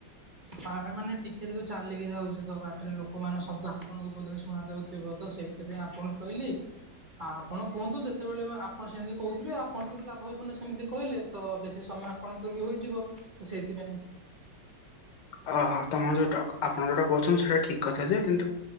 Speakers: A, on the right (about 35°); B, on the left (about 75°).
A: ପାଏ ମାନେ ଟିକେ ଯେତେ ଚାଲିକି ଯାଉଚୁ ତ ବାଟେରେ ଲୋକ ମାନ ଶବ୍ଦ ଆପଣଙ୍କ ବୋଧେ ହେ ଶୁଣା ଯାଉଥିବ ତ ସେଇଥିପାଇଁ ଆପଣ କହିଲି ଆପଣ କୁହନ୍ତୁ ଯେ ସେତେବେଳେ ଆପଣ ସେମିତି କହୁଥିବେ ଆପଣଙ୍କ ବି ଲାଭ ହେବ ନା ସେମିତି କହିଲେ ତ ବେଶୀ ସମୟ ଆପଣଙ୍କର ବି ହୋଇଯିବ। ତ ସେଇଥିପାଇଁ
B: ଅ ହ ତମ ଯୋଉଟା ଆପଣ ଯୋଉଟା କହୁଚନ୍ତି ସେଇଟା ଠିକ କଥା ଯେ କିନ୍ତୁ